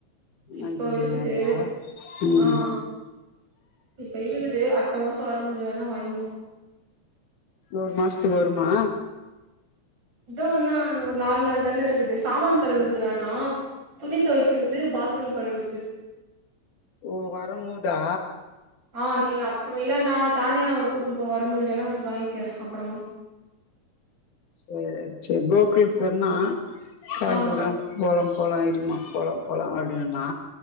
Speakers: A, on the left; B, on the right.
A: ஒன்னாந்தேதி
B: இப்போ இருக்குது
A: மேலயா ம்
B: ஆஹ் இப்ப இருக்குது த்த மாச வர முதுல்ல வாங்குவ
A: ஒரு மாசத்துக்கு வருமா
B: இதுவும்னா ன்னா ஒரு நாலு நாள் தானே இருக்குது சாமான் கழுவுறது வேணாம் துணி துவைக்கிறது பாத்ரூம் கழுவுறது
A: ஓ வர போதா
B: ஆஹ் நீ அப்புறம் இல்ல நா தானியா கூட்டுனு போக வரும்போது வேணா வந்து வாங்கிக்கிறே அப்புறமா
A: சரி சரி கோகுல் சொன்ன <unintelligible>
B: ஆ
A: போலம் போலாம் இருமா போல போல அப்படினா